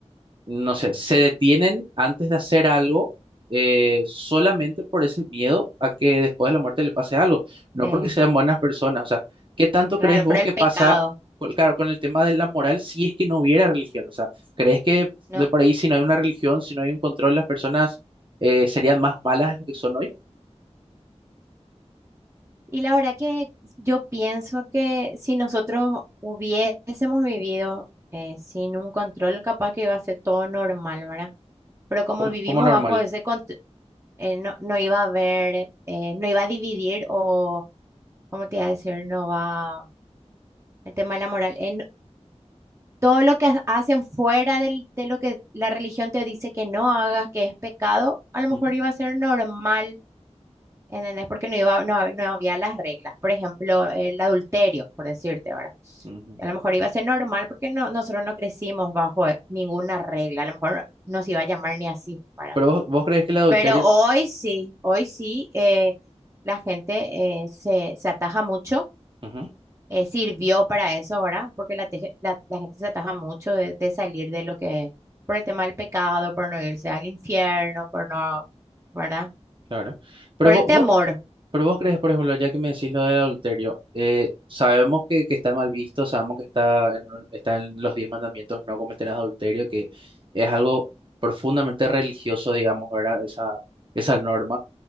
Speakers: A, on the right; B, on the right.
A: no sé, se detienen antes de hacer algo eh, solamente por ese miedo a que después de la muerte le pase algo, no
B: sí,
A: porque sean buenas personas. O sea, ¿qué tanto
B: claro,
A: crees vos
B: pero el
A: que
B: pecado,
A: pasa, pues, claro, con el tema de la moral si es que no hubiera religión? O sea, ¿crees que
B: ¿no?
A: de por ahí si no hay una religión, si no hay un control, las personas eh, serían más malas de lo que son hoy?
B: Y la verdad que yo pienso que si nosotros hubiésemos vivido eh, sin un control, capaz que iba a ser todo normal, ¿verdad? Pero como
A: Como,
B: vivimos
A: como normal.
B: bajo ese eh, no, no iba a haber, eh, no iba a dividir o, ¿cómo te iba a decir? No va, el tema de la moral. eh, no- todo lo que ha- hacen fuera del- de lo que la religión te dice que no hagas, que es pecado, a lo mejor
A: Ujú,
B: iba a ser normal, ¿entendés? Porque no iba, no, no había las reglas. Por ejemplo, el adulterio, por decirte, ¿verdad?
A: ujú.
B: A lo mejor iba a ser normal porque no, nosotros no crecimos bajo ninguna regla. A lo mejor no nos iba a llamar ni así, ¿verdad?
A: Pero vos, vos crees que el adulterio...
B: Pero hoy sí, hoy sí, eh, la gente eh, se, se ataja mucho,
A: Ujú,
B: eh, sirvió para eso ahora, porque la, teje- la, la gente se ataja mucho de, de salir de lo que, por el tema del pecado, por no irse al infierno, por no, ¿verdad?
A: claro. Pero
B: Por
A: vos,
B: el temor,
A: vos- Pero vos crees, por ejemplo, ya que me decís lo del adulterio, eh, sabemos que, que está mal visto, sabemos que está en, un- está en los diez mandamientos no cometerás adulterio, que es algo profundamente religioso, digamos, ¿verdad? Esa, esa norma.